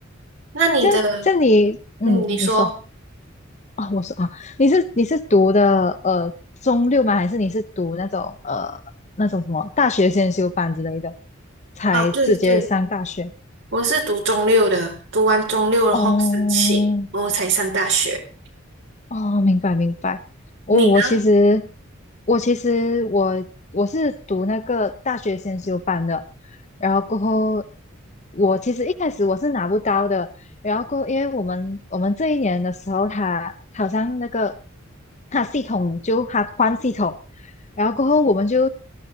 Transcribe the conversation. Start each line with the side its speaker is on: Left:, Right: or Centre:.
Right: 那你的，
Left: 这样这样你，嗯，
Right: 嗯，你说
Left: 你说。啊，我说啊，你是你是读的呃中六吗？还是你是读那种呃那种什么大学先修班之类的，才直接上大学？
Right: 啊，对对。我是读中六的，读完中六然后申请，
Left: 哦，
Right: 然后才上大学。
Left: 哦，明白明白。我我其实
Right: 你呢？
Left: 我其实我我是读那个大学先修班的，然后过后我其实一开始我是拿不到的，然后过后因为我们我们这一年的时候他，他好像那个他系统就他换系统，然后过后我们就